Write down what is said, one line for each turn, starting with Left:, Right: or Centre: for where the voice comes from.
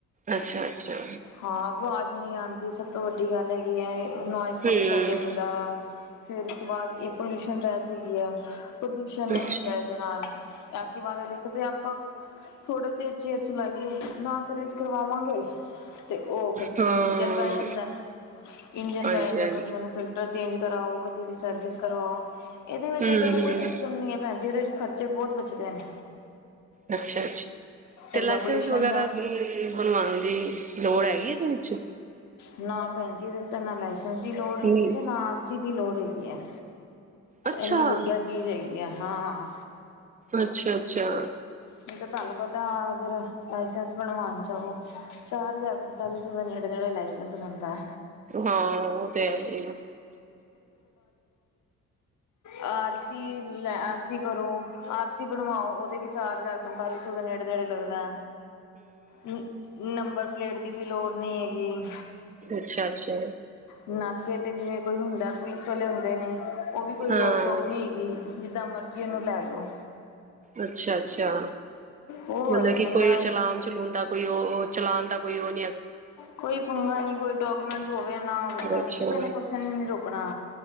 Right: ਅੱਛਾ ਅੱਛਾ।
Left: ਹਾਂ ਆਵਾਜ਼ ਨਹੀਂ ਆਉਂਦੀ ਸਭ ਤੋਂ ਵੱਡੀ ਗੱਲ ਹੈਗੀ ਹੈ। ਨੋਇਜ਼
Right: ਹੂੰ,
Left: ਪੋਲਿਊਸ਼ਨ ਨਹੀਂ ਹੁੰਦਾ। ਫਿਰ ਉਸ ਤੋਂ ਬਾਅਦ ਇਹ ਪੋਲਿਊਸ਼ਨ ਰਹਿ ਤੇ ਗਿਆ। ਪ੍ਰਦੂਸ਼ਣ ਨਹੀਂ
Right: ਅੱਛਾ,
Left: ਹੁੰਦਾ ਇਹਦੇ ਨਾਲ। ਦੁਬਾਰਾ ਦੇਖਦੇ ਆਪਾਂ ਥੋੜੇ ਦੇਰ ਚਿਰ ਚਲਾਈਏ ਨਾ ਸਰਵਿਸ ਕਰਵਾਵਾਂਗੇ। ਤੇ ਉਹ ਫਿਰ
Right: ਹਾਂ,
Left: ਇੰਜਣ ਪੈ ਜਾਂਦਾ ਇੰਜਣ
Right: ਹਾਂਜੀ-ਹਾਂਜੀ,
Left: ਪੈ ਜਾਂਦਾ ਕਦੀ ਉਹਨੂੰ ਫਿਲਟਰ ਚੇਂਜ। ਕਰਾਓ ਕਦੇ ਇੱਧੀ ਦੀ ਸਰਵਿਸ ਕਰਵਾਓ। ਇਹਦੇ ਵਿੱਚ,
Right: ਹੂੰ-ਹੂੰ,
Left: ਇੱਦਾਂ ਦਾ ਕੋਈ ਸਿਸਟਮ ਨੀ ਹੈ, ਭੈਣ ਜੀ। ਇਹਦੇ ਚ ਘਟ ਖਰਚ ਬੱਚੇ ਬਹੁਤ ਪੁੱਛਦੇ ਨੇ।
Right: ਅੱਛਾ-ਅੱਛਾ। ਤੇ,
Left: ਇੱਕ
Right: ਲਾਇਸੈਂਸ
Left: ਤਾਂ ਪੋਲਿਊਸ਼ਨ
Right: ਵਗੈਰਾ
Left: ਦਾ
Right: ਬਣਵਾਨਦੀ ਲੋੜ ਹੈਗੀ ਇਹਦੇ ਵਿੱਚ?
Left: ਨਾ ਭੈਣ ਜੀ ਏਦੇ ਚ ਤਾ ਨਾਂ ਲਾਇਸੈਂਸ ਦੀ ਲੋੜ ਹੈਗੀ
Right: ਹੂੰ,
Left: ਹੈ, ਤੇ ਨਾ ਆਰ ਸੀ ਦੀ ਲੋੜ ਹੈਗੀ ਆ,
Right: ਅੱਛਾ,
Left: ਇਨੀ ਵਧੀਆ ਚੀਜ਼ ਹੈਗੀ ਆ। ਹਾਂ
Right: ਅੱਛਾ-ਅੱਛਾ।
Left: ਨਹੀਂ ਤਾ ਤੁਹਾਨੂੰ ਪਤਾ ਅਗਰ। ਲਾਇਸੈਂਸ ਬਣਵਾਉਣ ਜਾਓ, ਚਾਰ ਹਜ਼ਾਰ, ਪੰਤਾਲੀ ਸੌ ਦੇ, ਨੇੜੇ ਨੇੜੇ ਲਾਇਸ ਇਸ ਬੰਦਾ
Right: ਹਾਂ, ਉਹ ਤੇ, ਹੈ, ਹੀ ਏ।
Left: ਆਰਸੀ ਲੈ, ਆਰਸੀ ਕਰੋ, ਆਰਸੀ ਬਣਵਾਓ, ਉਹਦੇ ਵੀ ਚਾਰ ਹਜ਼ਾਰ, ਪੰਤਾਲੀ ਸੌ ਦੇ, ਨੇੜੇ-ਤੇੜੇ ਲੱਗਦੈ। ਹੂੰ ਨੰਬਰ ਪਲੇਟ ਦੀ ਵੀ ਲੋੜ। ਨਹੀਂ ਹੈਗੀ।
Right: ਅੱਛਾ- ਅੱਛਾ।
Left: ਨਾਕੇ ਤੇ, ਜੀਵੇਂ ਕੋਈ ਹੁੰਦਾ ਪੁਲਿਸ ਵਾਲੇੁ ਅਤੇ ਨੇ ਉਹ ਵੀ, ਕੋਈ
Right: ਹਾਂ।
Left: ਰੋਕ- ਟੋਕ ਨਹੀ ਹੈਗੀ, ਜਿੱਦਾਂ ਮਰਜ਼ੀ ਉਹਨੂੰ ਲੈ ਜਾਓ।
Right: ਅੱਛਾ-ਅੱਛਾ,
Left: ਹੋਰ
Right: ਮਤਲਬ ਕਿ,
Left: ਇਨਾ
Right: ਕੋਈ ਚਲਾਨ- ਚਲੂਨ ਦਾ ਕੋਈ, ਉਹ, ਉਹ ਚਲਾਨ ਦਾ ਹੋਈ--ਰ
Left: ਕੋਈ ਪੰਗਾ ਨੀ, ਕੋਈ ਡਾਕੂਮੈਂਟ ਹੋਵੇ ਨਾ, ਹੋਵੇ ਤੁਹਾਨੂੰ
Right: ਅੱਛਾ,
Left: ਕਿਸੇ ਨੇ, ਕੁ ਨੀ ਰੋਕਣਾ